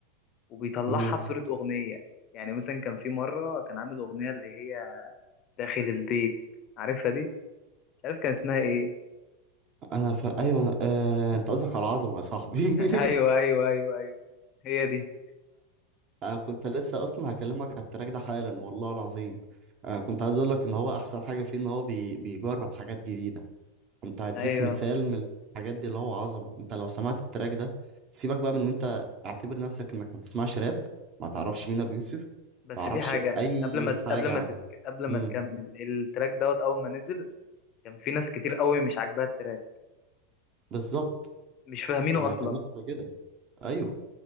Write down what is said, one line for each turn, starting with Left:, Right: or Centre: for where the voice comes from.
Left: وبيطلعها
Right: مم.
Left: في صورة أغنية يعني مثلا كان في مرة كان عامل أغنية اللي هي داخل البيت عارفها دي مش عارف كان اسمها إيه
Right: انا ف... ايوه أنا... آه...
Left: مم.
Right: انت قصدك على العظمه يا صاحبي
Left: أيوه
Right: <laughs>
Left: أيوه أيوه أيوه هي دي
Right: انا كنت لسه اصلا هكلمك على التراك ده حالا والله العظيم آه كنت عايز اقول لك ان هو احسن حاجه فيه ان هو بي... بيجرب حاجات جديده كنت هديك
Left: أيوه
Right: مثال من الحاجات دي اللي هو عظمه انت لو سمعت التراك ده سيبك بقى من ان انت اعتبر نفسك انك ما بتسمعش راب ما تعرفش مين ابو يوسف ما
Left: بس
Right: تعرفش
Left: في حاجة
Right: اي
Left: قبل ما ت-
Right: حاجه
Left: قبل ما
Right: عن
Left: تتك... قبل ما
Right: مم.
Left: تكمل التراك دوت أول ما نزل كان في ناس كتير قوي مش عاجباها التراك
Right: بالظبط
Left: مش فاهمينه
Right: انا
Left: أصلا
Right: هكلمك كده ايوه